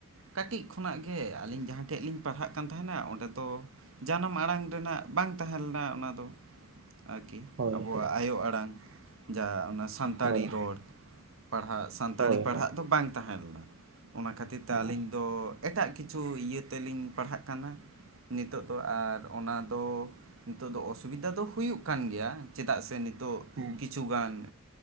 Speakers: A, on the right (about 80°); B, on the right (about 65°).
A: ᱠᱟᱴᱤᱡ ᱠᱷᱚᱱᱟᱜ ᱜᱮ ᱟᱞᱤᱧ ᱡᱟᱦᱟᱸ ᱴᱷᱮᱡ ᱞᱤᱧ ᱯᱟᱲᱦᱟᱜ ᱠᱟᱱ ᱛᱟᱦᱮᱱᱟ ᱚᱸᱰᱮ ᱫᱚᱼᱼ ᱡᱟᱱᱟᱢ ᱟᱲᱟᱝ ᱨᱮᱱᱟᱜ ᱵᱟᱝ ᱛᱟᱦᱮᱸ ᱞᱮᱱᱟ ᱚᱱᱟ ᱫᱚ᱾ ᱟᱨᱠᱤ
B: ᱦᱳᱭ
A: ᱟᱵᱳᱣᱟᱜ ᱟᱭᱳ ᱟᱲᱟᱝ, ᱡᱟ ᱚᱱᱟ ᱥᱟᱱᱛᱟᱲᱤ
B: ᱦᱳᱭ
A: ᱨᱚᱲ᱾ ᱦᱟᱸᱜ ᱥᱟᱱᱛᱟᱲᱤ
B: ᱦᱳᱭ
A: ᱯᱟᱲᱦᱟᱜ
B: ᱦᱳᱭ ᱦᱳᱭ
A: ᱫᱚ ᱵᱟᱝ ᱛᱟᱦᱮᱸ ᱞᱮᱱᱟ ᱾ ᱚᱱᱟ ᱠᱷᱟᱹᱛᱤᱨ ᱛᱮ
B: ᱦᱮᱸ
A: ᱟᱹᱞᱤᱧ ᱫᱚᱼᱼ ᱮᱴᱟᱜ ᱠᱤᱪᱷᱩ ᱤᱭᱟᱹ ᱛᱮᱞᱤᱧ ᱯᱟᱲᱦᱟᱜ ᱠᱟᱱᱟ᱾ ᱱᱤᱛᱜ ᱫᱚ ᱟᱨ ᱚᱱᱟᱫᱚᱻ ᱱᱤᱛᱚᱜ ᱫᱚ ᱚᱥᱩᱵᱤᱫᱷᱟ ᱫᱚ ᱦᱩᱭᱩᱜ ᱠᱟᱱ ᱜᱮᱭᱟ, ᱪᱮᱫᱟᱜ ᱥᱮ ᱱᱤᱛᱚᱜ
B: ᱦᱮᱸ
A: ᱠᱤᱪᱷᱩᱜᱟᱱ